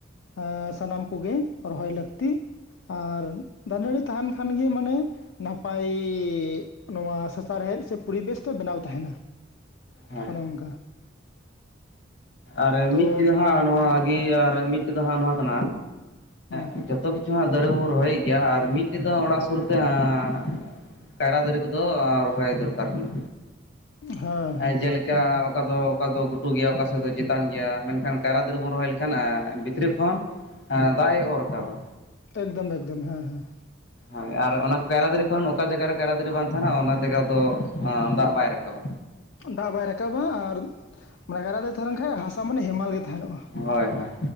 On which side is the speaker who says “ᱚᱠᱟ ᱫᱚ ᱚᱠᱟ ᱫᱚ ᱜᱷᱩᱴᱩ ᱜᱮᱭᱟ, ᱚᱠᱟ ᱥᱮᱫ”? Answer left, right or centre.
Left